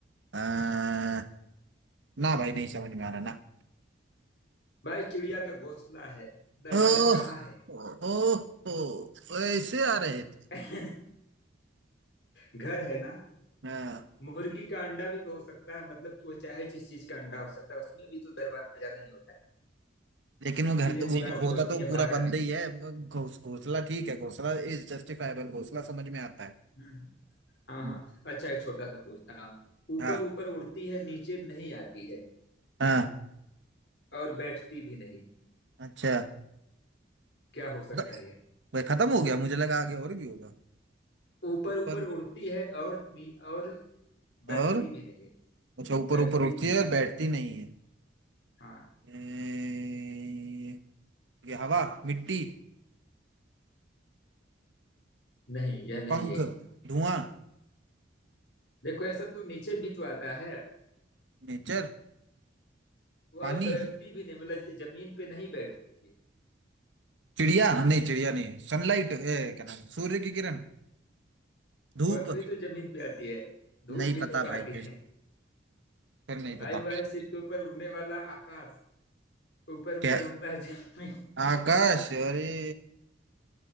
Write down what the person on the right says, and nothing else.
आ, ना भाई नहीं समझ में आ रहा ना
ओह
ओह ओह, ऐसे आ रहे थे
हाँ
लेकिन वो
घर तो वो
सीधे होता
तो
पूरा बंद
ही है घोस घोंसला ठीक है घोंसला इज जस्टिफाइबल घोंसला समझ में आता है
हम्म,
हाँ
हाँ
अच्छा
तो-
वही खत्म हो गया मुझे लगा आगे और भी होगा
ऊपर
और
अच्छा ऊपर
ऊपर उड़ती
है
और बैठती नहीं है
ए, ये हवा मिट्टी
पंख
धुआं
नेचर पानी
चिड़िया नहीं चिड़िया नहीं सनलाइट ए, क्या नाम सूर्य की किरण धूप
नहीं
पता
भाई
फिर
फिर नहीं पता
क्या
आकाश अरे